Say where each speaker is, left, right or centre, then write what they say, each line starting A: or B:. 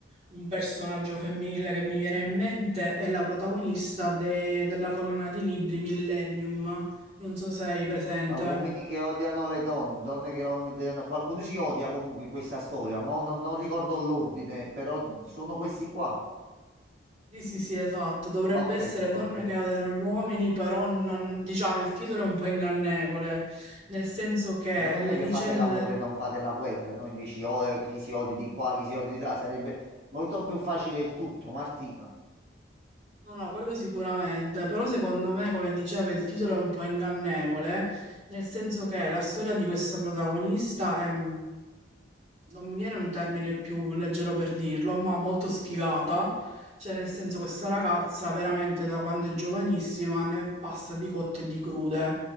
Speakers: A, on the right; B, on the right.
A: un personaggio femminile che mi viene in mente è la protagonista de- della collana di libri Millennium. Non so se hai presente.
B: A uomini che odiano le donne, donne che odiano... Qualcuno si odia comunque in questa storia, ma non, non ricordo l'ordine, però sono questi qua.
A: Sì, sì, sì, esatto. Dovrebbe
B: Ok,
A: essere
B: ok.
A: Donne che odiano gli uomini, però non- diciamo il titolo è un po' ingannevole, nel senso che
B: Ma non è
A: le
B: meglio
A: vicende
B: fate l'amore,
A: del...
B: non fate la guerra, no? Invece oh, eh, chi si odia di qua, chi si odia di là, sarebbe molto più facile il tutto, Martina.
A: No, no, quello sicuramente, però secondo me, come diceva, il titolo è un po' ingannevole, nel senso che la storia di questa protagonista è, mm, non mi viene un termine più leggero per dirlo, ma molto sfigata, cioè nel senso questa ragazza veramente da quando è giovanissima ne passa di cotte e di crude.